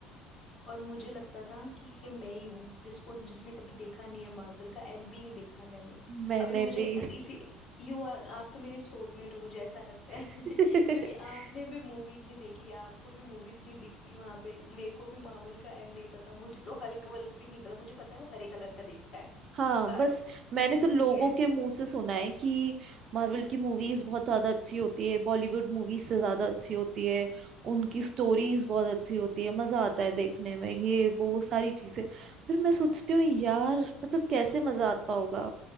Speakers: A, on the left (about 45°); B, on the right (about 45°).
A: और मुझे लगता था कि ये मैं ही हूँ जिसको जिसने कभी देखा नहीं है मार्वल का एमपी नहीं देखा है मैंने
B: मैंने
A: अभी मुझे
B: भी
A: अद- इसी यू आर आप तो मेरे सोलमेट हो मुझे ऐसा लगता है <laughs>
B: <laughs>
A: क्योंकि आपने भी मूवीज नहीं देखी है आपको भी मूवीज नहीं दिखती वहां पे मेरे को भी मार्वल का एम नहीं पता मुझे तो हल्क वल्क भी नहीं पता मुझे पता है वो हरे कलर का देखता है
B: हाँ
A: बस
B: बस मैंने
A: उतनी
B: तो लोगों
A: ही है
B: के मुंह से सुना है कि मार्वल की मूवीज बहुत ज्यादा अच्छी होती है बॉलीवुड मूवीज से ज्यादा अच्छी होती है उनकी स्टोरीज बहुत अच्छी होती है मजा आता है देखने में ये वो सारी चीजें फिर मैं सोचती हूँ यार मतलब कैसे मजा आता होगा